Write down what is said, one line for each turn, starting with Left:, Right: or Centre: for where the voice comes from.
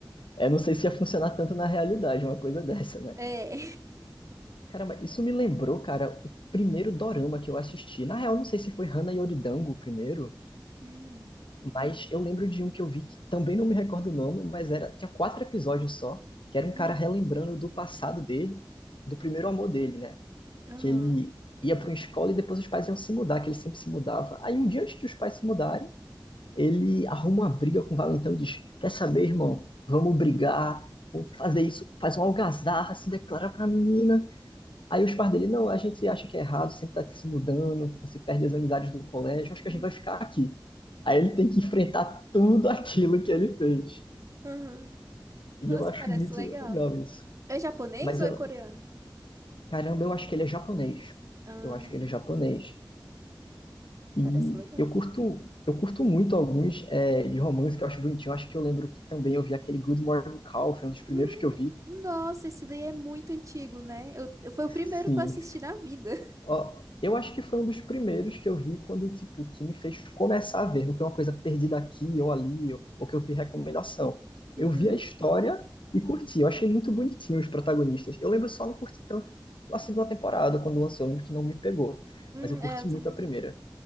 Left: É, não sei se ia funcionar tanto na realidade, uma coisa dessa, né?
Right: É.
Left: Caramba, isso me lembrou, cara, o primeiro dorama que eu assisti. Na real, não sei se foi Hana Yoridango o primeiro,
Right: Hum,
Left: mas eu lembro de um que eu vi que também não me recordo o nome, mas era, tinha quatro episódios só, que era um
Right: uhum,
Left: cara relembrando do passado dele, do primeiro amor dele, né?
Right: aham,
Left: que ele ia para uma escola e depois os pais iam se mudar, que ele sempre se mudava. Aí um dia antes de os pais se mudarem, ele arruma uma briga com o Valentão e diz: Quer saber, irmão? Vamos brigar, vamos fazer isso, faz uma algazarra, se declara pra menina. Aí os pais dele: Não, a gente acha que é errado, sempre tá se mudando, você perde as amizades do colégio, acho que
Right: hum,
Left: a gente vai ficar aqui. Aí ele tem que enfrentar tudo aquilo que ele fez.
Right: aham.
Left: E
Right: Nossa,
Left: eu acho
Right: parece
Left: muito
Right: legal.
Left: legal isso.
Right: É japonês
Left: Mas
Right: ou
Left: eu,
Right: é coreano?
Left: caramba, eu acho que ele é japonês.
Right: Ah,
Left: Eu acho que ele é japonês. E
Right: parece legal.
Left: eu curto, eu curto muito alguns é, de romance que eu acho bonitinho. Eu acho que eu lembro que também eu vi aquele Good Morning Call, foi um dos primeiros
Right: Hum,
Left: que eu vi.
Right: nossa, esse daí é muito antigo, né? Eu, eu- foi o
Left: <laughs>
Right: primeiro
Left: Sim.
Right: que eu assisti na vida. <laughs>
Left: Ó, eu acho que foi um dos primeiros que eu vi quando, tipo, que me fez começar a ver. Não foi uma coisa perdida aqui ou ali, ou, ou que eu vi recomendação.
Right: Uhum.
Left: Eu vi a história e curti. Eu achei muito bonitinho os protagonistas. Eu lembro só não curti tanto a segunda temporada, quando lançou. Eu lembro que não me pegou.
Right: Hum,
Left: Mas eu curti
Right: é, eu também
Left: muito a primeira.
Right: não.